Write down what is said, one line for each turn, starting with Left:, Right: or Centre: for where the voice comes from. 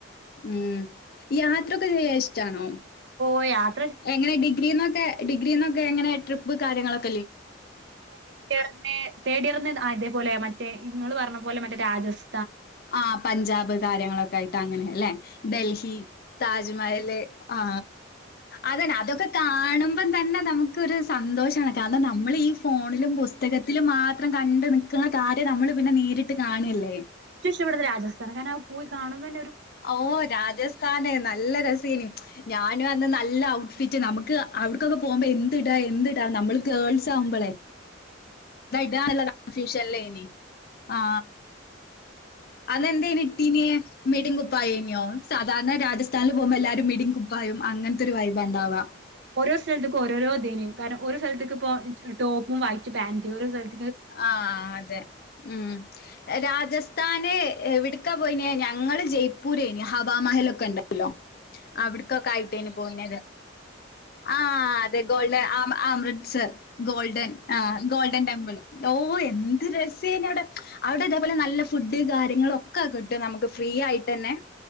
Left: ഉം യാത്രൊക്കെ ചെയ്യാ ഇഷ്ടാണോ
Right: പ്പ യാത്..
Left: എങ്ങനെ ഡിഗ്രി എന്നൊക്കെ ഡിഗ്രീ എന്നൊക്കെ എങ്ങനെ <unintelligible> വ്വ് കാര്യങ്ങളക്ക്..
Right: സെക്കൻ് ഇയറിന് തേർഡ് ഇയറിന് ആ ഇതേപോലെയാ മറ്റേ നിങ്ങള് പറഞ്ഞ പോലെ മറ്റേ രാജസ്
Left: ആ പഞ്ചാബ് കാര്യങ്ങളൊക്കെ ആയിട്ട് അങ്ങനെ അല്ലെ ഡൽഹി, താജ്മഹല് ആ അങ്ങനെ അതൊക്കെ കാണുമ്പം തന്നെ നമുക്ക് ക്ക് ഒരു സന്തോഷമാണ് കാരണം നമ്മൾ ഈ ഫോണിലും പുസ് പുസ്തകത്തില് മാ ത്രം കണ്ട് നിൽക്കുന്ന കാര്യം നമ്മൾ പിന്നെ നേരിട്ട് കാണല്ലേ
Right: ചഷ്ടപ്പെടുന്ന രാജസ്ഥാണ് കാരണം ആ പോയി കാണും ഒ
Left: ഓ രാജസ്ഥാന ന്നാ നല്ല രസനു ഞാനും അന്ന് നല്ല ഔ ഫിറ്റ് നമുക്ക് അവിടക്കൊക്കെ പോകുമ്പോ എ എട എന്തിട നമ്മള് ഗേൾസ് ആവുമ്പോളെ ന്ത ഇടന്നുള്ള കൺഫ്യൂഷൻല്ലേനി ആ അതെന്തേനി ഇട്ടീനേ മിടിം കുപ്പായേ നോ സാധാരണ രാജസ്ഥാനിൽ പോകുമ്പോ എല്ലാവാരും മിടി കുപ്പായും അങ്ങൻത്തെരു വൈബ ഉണ്ടാവാ
Right: ഓരോ സ്ഥലത്തക്കും ഓരോ ദേനും കാരണം ഒര് സൽത്ത്ക്ക് ഇപ്പോ ടോപ്പും വായിറ്റ് പാന്റ് ഓര് സൽത്
Left: ആഹ് അതെ ഉം രാജസ്ഥ താന് എവിട്ക്കാ പോയെ ഞങ്ങള് ജയ്പൂര് ഹവാമഹലൊക്കെ ഉണ്ട് അവിട്ക്കെക്കെ ആയിട്ട പോയത് ആ അതെ ഗോൾഡേ ആ മൃച്ചർ ഗോൾഡൻ ആ ഗോൾഡൻ ടെമ്പിൾ ഓഹ് എന്ത് രസേനവിടെ അവിടെതേപോലെ നല്ല ഫുഡ് കാര്യങ്ങളും ഒക്കെ കിട്ടും നമുക്ക് ഫ്രീ ആ ആയിട്ടന്നെ